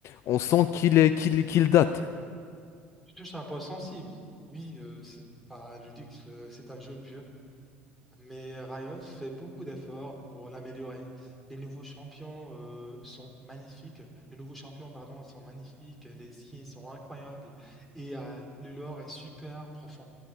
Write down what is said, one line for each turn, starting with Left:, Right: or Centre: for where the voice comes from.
Left: on sent qu'il est qu'il qu'il date.
Centre: Tu touches un point sensible. Oui, euh, c'est pas le luxe, euh, c'est un jeu vieux. Mais Riot fait beaucoup d'efforts pour l'améliorer. Les nouveaux champions euh, sont magnifiques. Les nouveaux champions, pardon, sont magnifiques. Les skins sont incroyables. Et euh, le lore est super profond.